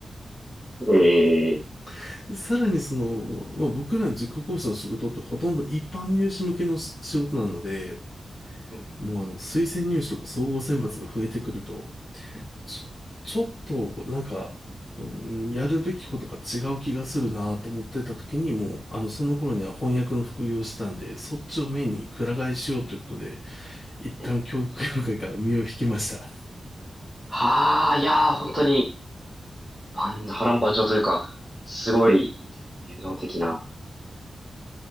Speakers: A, in the centre; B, on the left.
A: ええ、
B: <laughs> で、さらにその、まあ、僕らの塾講師の仕事ってほとんど一般入試向けの仕仕事なので、
A: うん
B: もうあの推薦入試とか総合選抜が増えてくると、ちょ、ちょっと、なんか、うんやるべきことが違う気がするなと思ってた時に、もう、あの、その頃には翻訳の副業をしてたんで、そっちをメインにくら替えしようということで、一旦教育業界から身を引きました。
A: ええ。はあ、いやー、本当に、万波乱万丈というか、すごい、流動的な。